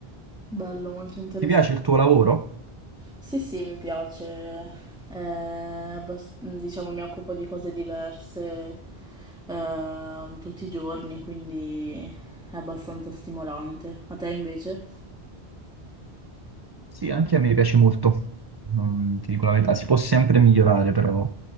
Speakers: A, in the centre; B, on the right (about 35°).
A: Bello, molto interessante.
B: Ti piace il tuo lavoro?
A: Sì, sì, mi piace. Eh, abbas- diciamo, mi occupo di cose diverse eh, tutti i giorni, quindi è abbastanza stimolante. A te invece?
B: Sì, anche a me piace molto, non ti dico la verità, si può sempre migliorare però,